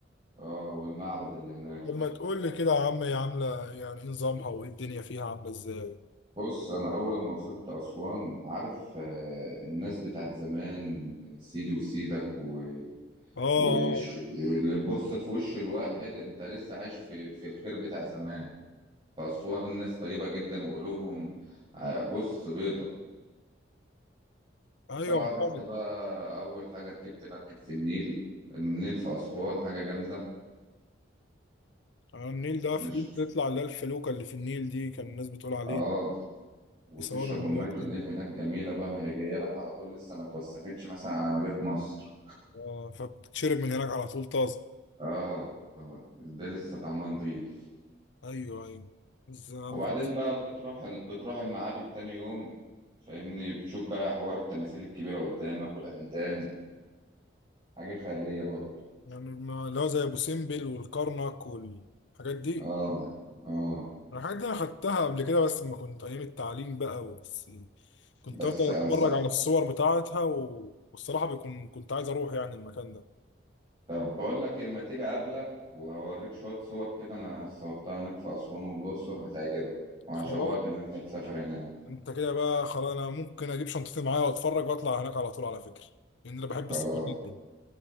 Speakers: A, on the right; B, on the left.
A: اه والمعبد اللي هناك
B: طب ما تقول لي كده يا عم هي عاملة يعني ايه نظامها وايه الدنيا فيها عاملة ازاي
A: بص أنا أول ما وصلت أسوان عارف آه الناس بتاعت زمان سيدي وسيدك و...
B: اه
A: وش... واللي تبص في وش الواحد أنت لسه عايش في في الخير بتاع زمان فأسوان ناس طيبة جدا وقلوبهم آه بص بيضة
B: اه
A: طبعا
B: ايوه محافظ
A: رحت بقى أول حاجة ركبت مركب في النيل النيل في أسوان حاجة جامدة
B: على النيل ده
A: مش
B: في بيطلع اللي هي الفلوكة اللي في النيل دي كان الناس بتقول عليه
A: اه وتشرب
B: يصوروا
A: من
B: فيديوهات
A: ميه
B: كده
A: النيل هناك جميله بقى ما هي جايه لك على طول لسه ما توسختش مثلا على ما جت مصر
B: اه فبتشرب من هناك على طول طازة
A: اه آه، ده لسه طعمها نضيف
B: ايوه ايوه ازاي انا
A: وبعدين
B: ما كنتش
A: بقى بتروح ال... بتروح المعابد تاني يوم فاهمني بتشوف بقى حوار التماثيل الكبيره قدامك والعمدان حاجه خياليه برضه
B: يعني ما لا زي ابو سمبل والكرنك والحاجات دي
A: اه اه
B: الحاجات دي انا خدتها قبل كده بس لما كنت ايام التعليم بقى بس كنت
A: بس
B: افضل
A: انصح
B: اتفرج على الصور بتاعتها و... والصراحه بيكون كنت عايز اروح يعني المكان ده
A: طب بقول لك ايه ما تيجي اقابلك واوريك شويه صور كده انا صورتها هناك في اسوان والاقصر هتعجبك وهشوقك
B: خلاص
A: اللي انت تسافر هناك
B: انت كده بقى خلاص انا ممكن اجيب شنطتي معايا واتفرج واطلع هناك على طول على فكره لان انا بحب
A: خلاص
B: السفر جدا